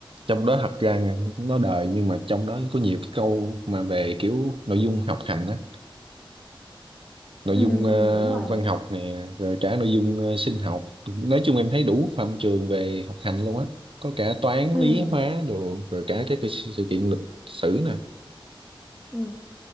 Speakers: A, on the right (about 75°); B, on the left (about 15°).
A: trong đó thật ra nó đời nhưng mà trong đó có nhiều cái câu mà về kiểu nội dung học hành á nội
B: ừ
A: dung ờ,
B: ừ đúng rồi
A: văn học nè rồi cả nội dung ờ, sinh học nói chung em thấy đủ phạm trường về học hành luôn á có cả toán
B: ừ
A: lý hóa đồ rồi cả các cái sự sự kiện lịch sử nè
B: ừ